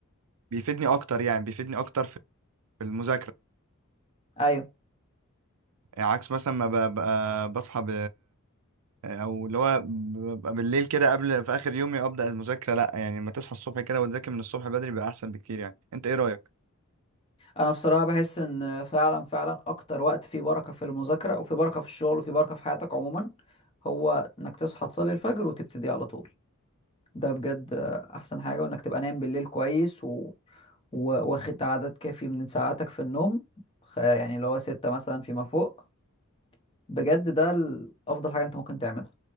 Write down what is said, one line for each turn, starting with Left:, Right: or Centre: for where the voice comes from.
Right: بيفيدني اكتر يعني بيفيدني اكتر في في المذاكره
Left: ايوه
Right: يعني عكس مثلا ما ببقى بصحى ب... او اللي هو ببقى بالليل كده قبل في اخر يومي ابدا المذاكره لا يعني لما تصحى الصبح كده وتذاكر من الصبح بدري بقى احسن بكتير يعني انت ايه رايك
Left: انا بصراحه بحس ان فعلا فعلا اكتر وقت فيه بركه في المذاكره وفي بركه في الشغل وفي بركه في حياتك عموما هو انك تصحى تصلي الفجر وتبتدي على طول ده بجد احسن حاجه وانك تبقى نايم بالليل كويس و... و... واخد عدد كافي من ساعاتك في النوم خ- يعني اللي هو ستة مثلا فيما فوق بجد ده ال- افضل حاجه انت ممكن تعملها